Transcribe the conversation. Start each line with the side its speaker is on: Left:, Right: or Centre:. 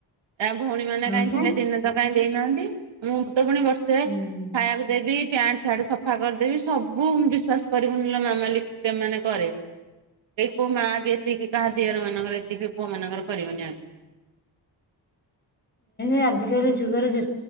Right: ତା ଭଉଣୀମାନେ କାହିଁ
Left: ନୁହେଁ
Right: ଥିଲେ ଦିନେ ତ କାଇଁ ଦେଇନାହାନ୍ତି? ମୁଁ ତ ପୁଣି ବର୍ଷେ
Left: ହୁଁ
Right: ଖାଇବାକୁ ଦେବି ପ୍ୟାଣ୍ଟ ସାର୍ଟ ସଫା କରିଦେବି ସବୁ ବିଶ୍ଵାସ କରିବୁନି ଲୋ ମାମାଲି ମାନେ କରେ। କେହି କଉ ମା ବି ଏତିକି କହା ଦିଅର ମନଙ୍କର ତିକି ପୁଅ ମାନଙ୍କର କରିବନି ଆ
Left: <inaudible> ଆଜିକାଲି ଯୁଗରେ ଯେ